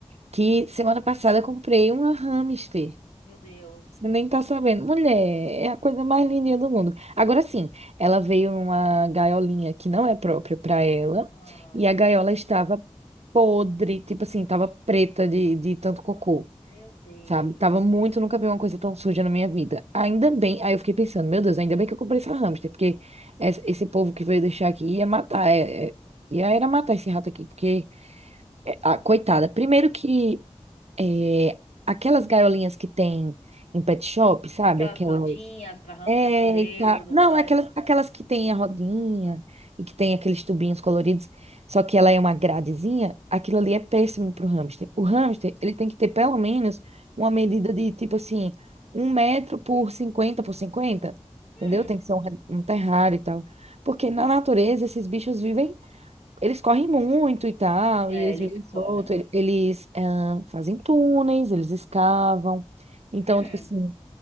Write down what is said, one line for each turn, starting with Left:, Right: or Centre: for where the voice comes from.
Right: que semana passada eu comprei uma hamster.
Left: Meu Deus.
Right: Você nem tá sabendo. Mulher, é a coisa mais lindinha do mundo. Agora sim, ela veio numa gaiolinha que não é própria para ela,
Left: Ah,
Right: e a gaiola estava podre, tipo assim,
Left: vixe.
Right: tava preta de, de tanto cocô,
Left: Meu Deus.
Right: sabe? Tava muito, nunca vi uma coisa tão suja na minha vida. Ainda bem, aí eu fiquei pensando, meu Deus, ainda bem que eu comprei essa hamster, porque es- esse povo que veio deixar aqui ia matar, é, é, ia era matar esse rato aqui, porque, é, ah, coitada, primeiro que é, aquelas gaiolinhas que tem em pet shop, sabe?
Left: Aquelas
Right: Aquelas.
Left: rodinhas pra hamster
Right: é,
Left: correr
Right: e tá,
Left: e tudo
Right: Não,
Left: mais.
Right: aquelas, aquelas que tem a rodinha e que tem aqueles tubinhos coloridos, só que ela é uma gradezinha, aquilo ali é péssimo pro hamster. O hamster, ele tem que ter pelo menos uma
Left: Hum.
Right: medida de tipo assim, um metro por cinquenta por cinquenta,
Left: Hum,
Right: Entendeu? Tem que ser um, ra- um terrário e tal. Porque na natureza esses bichos vivem eles correm muito e tal,
Left: é,
Right: e eles
Left: eles
Right: vivem
Left: correm.
Right: solto, e- eles ah, fazem túneis, eles escavam. Então,
Left: Hum,
Right: tipo assim,